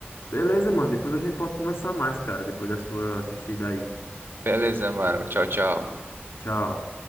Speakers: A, on the left (about 80°); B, on the right (about 65°).
A: Beleza, mano. Depois a gente pode conversar mais, cara, depois da sua assistida aí.
B: Beleza, mano. Tchau, tchau.
A: Tchau.